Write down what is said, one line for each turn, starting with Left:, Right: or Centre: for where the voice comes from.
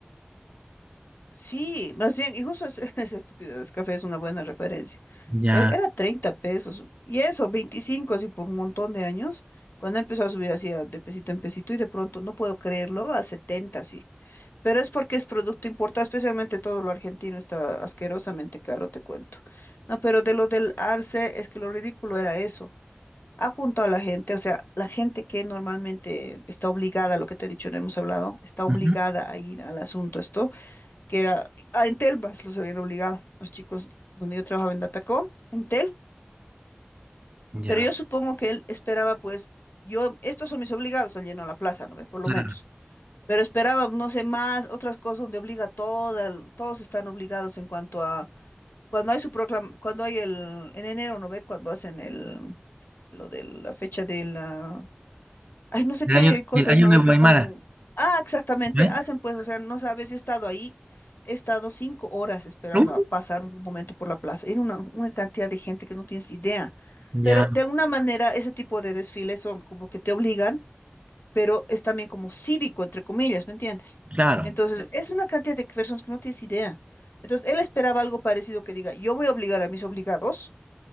Left: Sí, más bien, y justo es- <laughs> esa estupidez, café es una buena referencia.
Right: Ya,
Left: Te- Era 30 pesos, y eso, 25 así por un montón de años, cuando empezó a subir así a- de pesito en pesito, y de pronto, no puedo creerlo, a 70 así. Pero es porque es producto importado, especialmente todo lo argentino está asquerosamente caro, te cuento. No, pero de lo del arce, es que lo ridículo era eso. Ha juntado a la gente, o sea, la gente que normalmente está obligada, lo que te he dicho, no hemos hablado, está obligada
Right: ujú,
Left: a ir al asunto esto, que era, ah, en Telvas los habían obligado, los chicos donde yo trabajaba en Datacom, en Tel,
Right: ya,
Left: pero yo supongo que él esperaba, pues, yo, estos son mis obligados, han llenado la plaza, ¿no ve? Por lo
Right: claro.
Left: menos. Pero esperaba, no sé, más, otras cosas donde obliga a toda, el- todos están obligados en cuanto a, cuando hay su proclama, cuando hay el, en enero, ¿no ve? Cuando hacen el, lo de la fecha de la, ay, no sé
Right: El
Left: qué
Right: año,
Left: cosa
Right: el año
Left: es, ¿no
Right: nuevo
Left: ve? Que
Right: Aymara,
Left: es como, ah, exactamente,
Right: ¿eh?
Left: hacen pues, o sea, no sabes, yo he estado ahí, he estado cinco horas esperando
Right: Uh,
Left: a pasar un momento por la plaza, era una, una cantidad de gente que no tienes idea,
Right: Ya,
Left: pero de alguna manera ese tipo de desfiles son como que te obligan pero es también como cívico, entre comillas, ¿me entiendes?
Right: claro,
Left: Entonces, Sí. es una cantidad de personas que no tienes idea. Entonces, él esperaba algo parecido que diga, yo voy a obligar a mis obligados